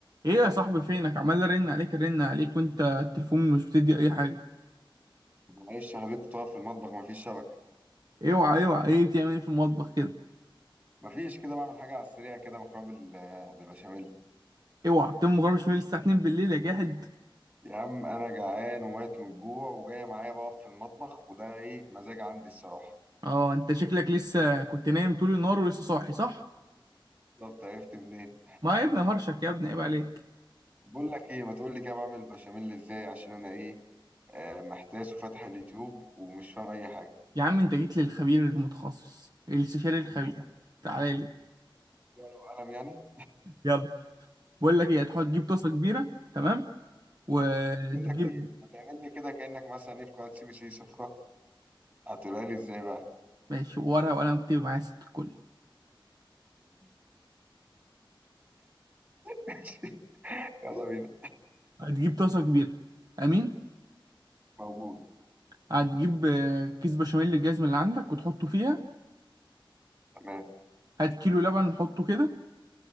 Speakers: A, on the right; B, on the right.
A: ايه يا صاحبي فينك عمال ارن عليك ارن عليك وانت التليفون مش بتدي اي حاجه
B: معلش يا حبيبي كنت واقف في المطبخ مفيش شبكة
A: اوعى اوعى ايه بتعمل ايه في المطبخ كده
B: مفيش كده بعمل حاجة على السريع كده مكرونة بال- بالبشاميل
A: اوعى بتقوم مغربش من الساعه 2 بالليل يا جاحد
B: يا عم أنا جعان وميت من الجوع وجاية معايا بقف في المطبخ وده إيه مزاج عندي الصراحة
A: اه انت شكلك لسه كنت نايم طول النهار ولسه صاحي صح
B: بالظبط عرفت منين
A: ما يا ابني هرشك يا ابني عيب عليك
B: بقول لك إيه ما تقول لي كده بعمل بشاميل إزاي عشان أنا إيه آه محتاس وفاتح اليوتيوب ومش فاهم أي حاجة
A: يا عم انت جيت للخبير المتخصص الاستشاري الخبير
B: أجيب ورقة
A: تعالى لي
B: وقلم يعني
A: يلا بقول لك ايه هتحط تجيب طاسه كبيره تمام وتجيب
B: بقول لك إيه ما تعمل لي كده كأنك مثلا إيه في قناة سي بي سي سفرة هتقولها لي إزاي بقى
A: ماشي ورقه وقلم اكتب معايا ست الكل
B: <laughs> يلا بينا
A: هتجيب طاسه كبيره امين
B: موجود
A: هتجيب آه، كيس بشاميل الجزم اللي عندك وتحطه فيها
B: تمام
A: هات كيلو لبن حطه كده